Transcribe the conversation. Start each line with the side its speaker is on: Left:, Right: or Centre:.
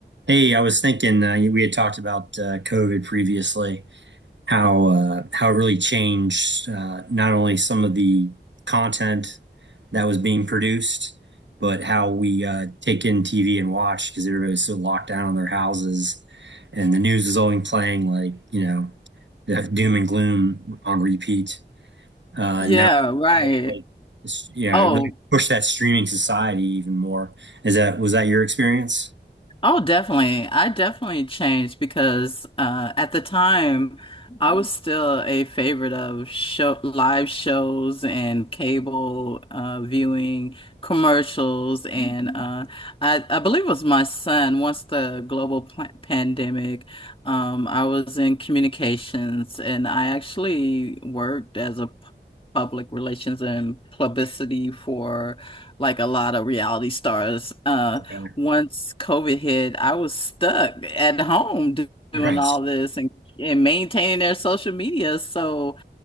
Right: Hey, I was thinking uh, we had talked about uh, COVID previously, how uh, how it really changed uh, not only some of the content that was being produced, but how we uh, take in TV and watch because everybody's so locked down in their houses, and the news is only playing like you know the doom and gloom on repeat. Uh,
Left: Yeah,
Right: and now,
Left: right. Yeah.
Right: like it's, yeah,
Left: Oh,
Right: it really pushed that streaming society even more. Is that was that your experience?
Left: Oh, definitely. I definitely changed because uh, at the time I was still a favorite of show live shows and cable uh, viewing commercials and uh, I, I believe it was my son once the global pla- pandemic um, I was in communications and I actually worked as a public relations and publicity for like a lot of reality stars. Uh,
Right: Okay.
Left: once COVID hit, I was stuck at home do- doing
Right: Right,
Left: all this and, and maintaining their social media. So